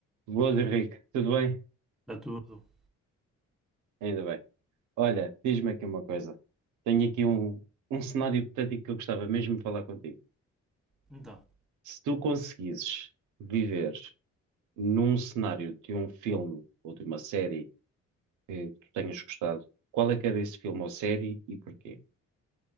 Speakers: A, on the right (about 75°); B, in the centre.
A: Boas, Henrique. Tudo bem?
B: Está tudo.
A: Ainda bem. Olha, diz-me aqui uma coisa. Tenho aqui um, um cenário hipotético que eu gostava mesmo de falar contigo.
B: Então,
A: Se tu conseguisses viver num cenário de um filme ou de uma série que tu tenhas gostado, qual é que era esse filme ou série e porquê?